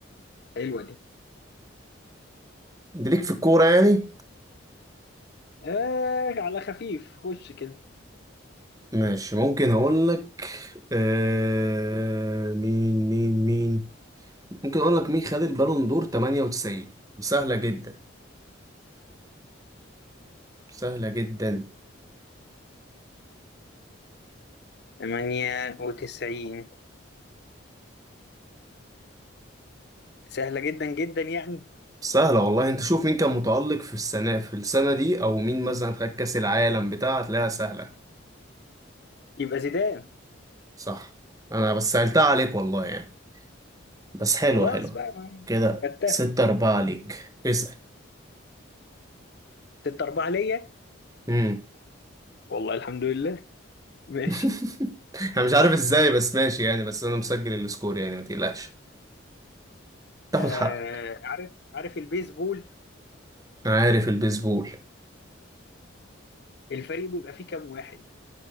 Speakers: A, on the left (about 55°); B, on the right (about 15°).
A: حلوة دي
B: أنت ليك في الكورة يعني
A: آه على خفيف خش كده
B: ماشي ممكن اقول لك آه مين مين مين ممكن اقول لك مين خد البالون دور 98 سهلة جدا سهلة جدا
A: 98 سهلة جدا جدا يعني
B: سهلة والله انت شوف مين كان متألق في السنة في السنة دي او مين مثلا خد كأس العالم بتاع هتلاقيها سهلة
A: يبقى زيدان
B: صح انا بس سهلتها عليك والله يعني بس حلوة
A: خلاص
B: حلوة
A: بقى ما-
B: كده
A: خدتها
B: ستة أربعة ليك اسأل
A: ست أربعة ليا
B: مم.
A: والله الحمد لله ماشي
B: <laughs> انا مش عارف ازاي بس ماشي يعني بس انا مسجل السكور يعني ما تقلقش تاخد
A: آه
B: حقك
A: عارف عارف البيسبول
B: عارف البيسبول
A: الفريق بيبقى فيه كام واحد